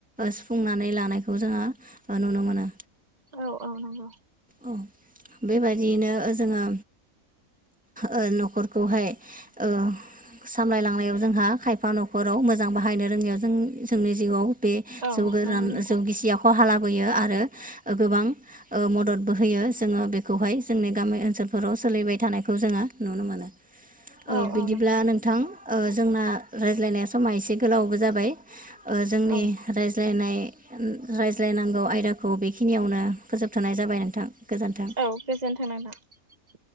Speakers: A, in the centre; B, on the right (about 30°).
A: सुफुंनानै लानायखौ जोङो नुनो मोनो।
B: औ औ नंगौ।
A: औ बेबायदियैनो जोङो ओ न'खरखौहाय ओ सामलायलांनायाव जोंहा खायफा न'खराव मोजां बाहायनो रोङिआव जों जोंनि जिउआव बे
B: औ
A: जौ गोरान
B: नंगौ नोंथां
A: जौ गिसिया खहा लाबो बोयो आरो गोबां मददबो होयो जोङो बेखौहाय जोंनि गामि ओनसोलफोराव सोलिबाय थानायखौ जोङो नुनो मोनो ओ
B: औ
A: बिदिब्ला
B: औ
A: नोंथां जोंना रायज्लायनाया समा एसे गोलावबो जाबाय ओ जोंनि
B: औ
A: रायज्लायनाय रायज्लायनांगौ आयदाखौ बेखिनियावनो फोजोबथ'नाय जाबाय नोंथां। गोजोन्थों
B: औ गोजोन्थों नोंथां।